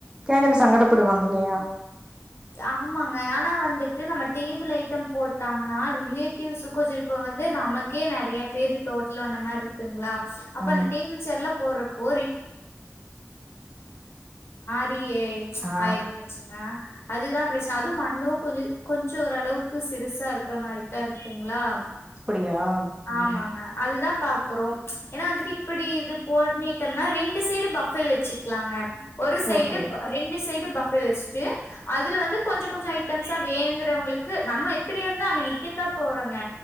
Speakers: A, on the right; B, on the left.
A: கேக்கறக்கு சங்கடப்படுவாங்க இல்லையா
B: ஆமாங்க ஆனா வந்துட்டு நம்ம டேபிள் ஐட்டம் போட்டாங்கன்னா ரிலேட்டிவ்ஸுக்கும் இப்ப வந்து நமக்கே நிறைய பேரு டோட்டல் அந்த மாரி இருக்குங்களா அப்ப
A: ம்
B: அந்த டேபிள் சேர்லா போட்றப் பொ ப்பியே
A: ஆ
B: ஆயிருமாச்சுன்னா அதுதா பிரச்சன அதும்மண்ணூ கொஞ்ச கொஞ்சொ ஓரளவுக்கு சிறுசா இருக்ற மாரித்தா இருக்குங்ளா
A: அப்டியா
B: ஆமாங்க
A: ம்
B: அதுதா பாக்குறோம் ஏன்னா வந்துட்டு இப்படி இது போட்னீட்டம்னா ரெண்டு சைடு பஃபே வச்சுக்லாங்க ஒரு சைடுப்
A: ஓகே
B: ரெண்டு சைட் பஃபே வச்ட்டு அதுல வந்து கொஞ்சொ கொஞ்சொ ஐட்டம்சா வேணுங்றவங்களுக்கு நம்ம எப்படியிருந்தா அங்க நிக்கத்தா போறோங்க